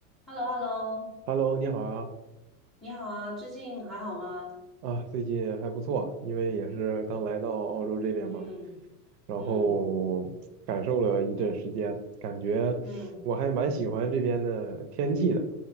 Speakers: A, in the centre; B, on the right (about 80°).
A: h e l l o h e l l o
B: Hello，你好啊，
A: 你好啊，最近还好吗？
B: 啊，最近还不错，因为也是刚来到澳洲这边嘛，
A: 嗯
B: 然后感受了一阵时间，
A: 嗯
B: 感觉我还蛮喜欢这边的天气的。
A: 嗯，